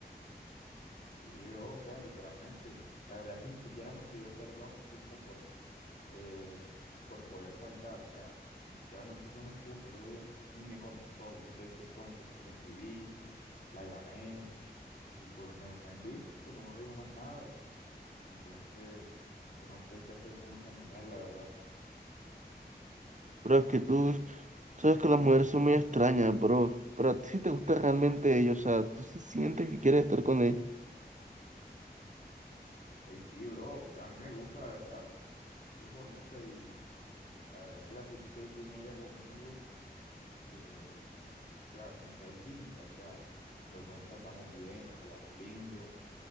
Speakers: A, on the left (about 55°); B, on the right (about 45°).
A: Sí, bro, o sea, literalmente. La verdad es que ni siquiera me pidió perdón, así como por, eh, por poder faltar. O sea, ni siquiera me puso una excusa, solo digo, ni me contestó. Y tú te diste cuenta que yo le escribí, la llamé, y pues me dejó en visto, no me dijo más nada. Entonces, yo no sé qué hacer con esa mujer, la verdad.
B: Pero es que tú sabes que las mujeres son muy extrañas, bro. Pero a ti sí te gusta realmente ellos, o sea, tú sí sientes que quieres estar con él.
A: Ey, sí, bro, o sea, a mí me gusta, la verdad, es muy bonita y la verdad es que la actitud que tiene ella conmigo, eh, o sea, como que hay química, o sea, los dos nos tratamos bien, nos hablamos lindo